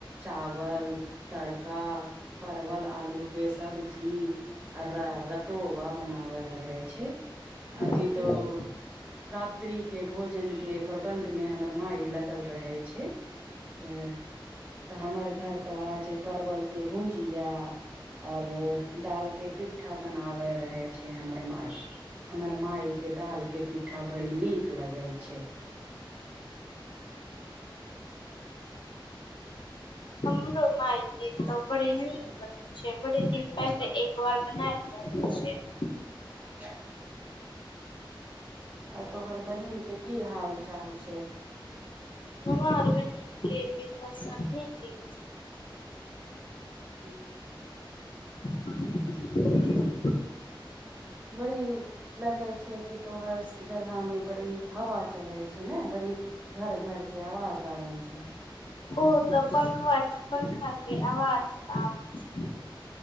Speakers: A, on the right; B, on the left.
A: चावल तड़का परवल आलू के सब्जी आ र रतोबा बनावल रहै छै अभी
B: गइल
A: तो रात्रि के भोजन के प्रबन्ध मे हमर मााय लगल रहै छै आ तऽ हमर घर तऽ आज परवल के भूजिया आ और दाल के पिट्ठा बनावे रहे छै हमर मााय हमर मााय के दाल के पिठ्ठा बड़ी नीक लगै छै
B: हमरो मााय के तो बड़े नीक लगे छै बड़े दिन पहिले ओ आर नय घर बनाय रहल छै
A: ह <unintelligible> आ तोहर बहिन के की हाल चाल छै
B: हमार बहिन के बे सनी के
A: हूँ
B: <inaudible> <unintelligible>
A: बड़ी लगे छै कि तोहर जगह मे बड़ी हवा चलै छै ने बड़ी घर घरके अवाज आर्बे छै
B: ओ तऽ पंखा पंखा के आवाज आ छै